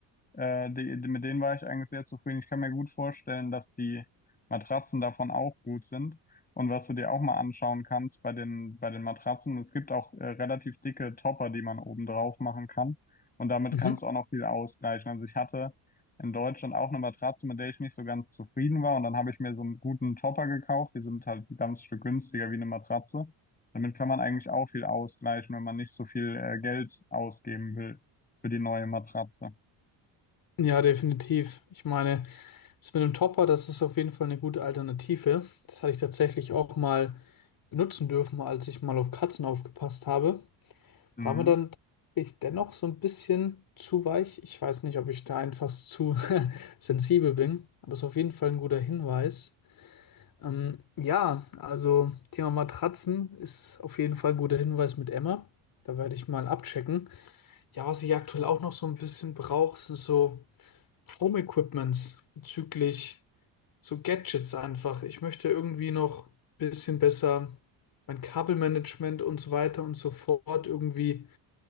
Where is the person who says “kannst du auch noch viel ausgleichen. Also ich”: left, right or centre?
Left